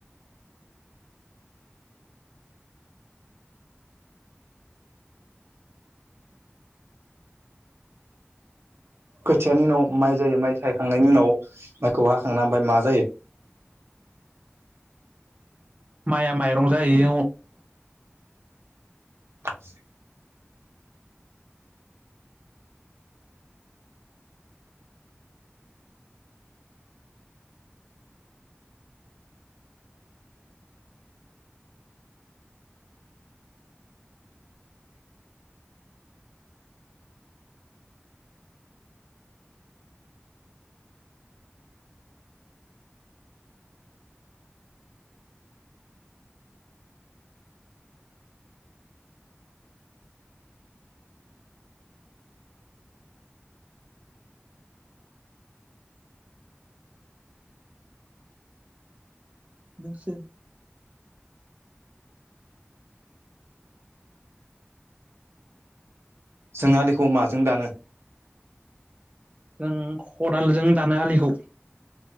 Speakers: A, on the right; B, on the right.
A: खोथियानि उनाव माइ जायो माइ थायखांनायनि उनाव माइखौ हाखांना ओमफ्राय मा जायो?
B: माइआ माइरं जायो।
A: ज <unintelligible>
B: नोंसोर?
A: जों आलिखौ माजों दानो?
B: जों खदालजों दानो आलिखौ।